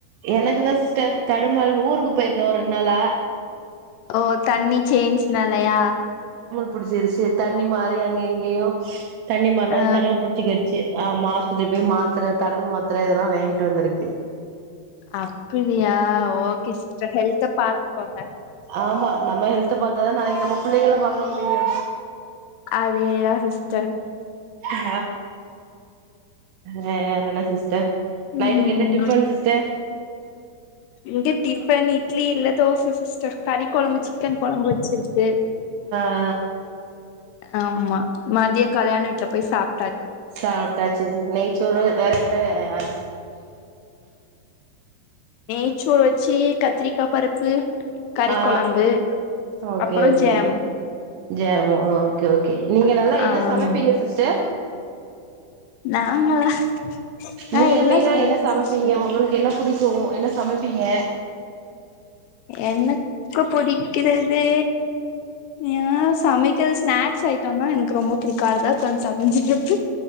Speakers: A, on the right; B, on the left.
A: எனக்குதா சிஸ் ச தடுமாற ஊருக்கு போய்ருந்தோ ஒரு ரெண்டு நாளா
B: ஓ தண்ணி சேன்ஞ்னாலயா
A: புடுச்சிருச்சு தண்ணி மாறி அங்க இங்கயு தண்ணி மாறுனது
B: ஆ
A: தடம் புடிச்சிகிச்சு ஆமா ஆஸ் இத போய் மாத்தர தடும மாத்தர இதெல்லா வாங்கிட்டு வந்துருக்கு
B: அப்பிடியா ஓகே சிஸ்டர் ஹெல்த்த பாத்துக்கோங்க
A: ஆமா நம்ம ஹெல்த்த பாத்தாதா நாளைக்கி நம்ப பிள்ளைகள பாக்க முடியு
B: அதேதா சிஸ்டர்
A: ஆ வேறென்ன சிஸ்டர்
B: ம்
A: நைட்டுக்கு என்ன டிஃபன் சிஸ்டர்
B: இங்க டிஃபன் இட்லி இல்ல தோச சிஸ் டர் கறி கொழம்பு சிக்கன் கொழம்பு வச்சுருக்கு
A: ஆ
B: ஆமா மதிய கல்யாண வீட்ல போய் சாப்
A: சாப்ட்டாச்சு நெய்ச்சோறு வேற என்ன அ
B: நெய்ச்சோறு வச்சு கத்திரிக்கா பருப்பு கறி
A: ஆ
B: கொழம்பு
A: ஓகே
B: அப்புற
A: okay
B: jam
A: jam okay okay நீங்க நல்லா
B: ஆம்
A: என்ன சமைப்பிங்க சிஸ்டர்
B: நாங்களா நா
A: நீங்க
B: எல்லா
A: மெய்னா
B: சமைப்பே
A: என்ன சமப்பிங்க
B: சிஸ்டர்
A: உங்களுக் என்ன புடிக்கு என்ன சமப்பிங்க
B: எனக்கு புடிக்கிறது ஏ சமைக்கிறது ஸ்நாக்ஸ் ஐட்டந்தா எனக்கு ரொம்ப பிடிக்கு அதுதா உக்காந்து சமஞ்சுட்ருப்ப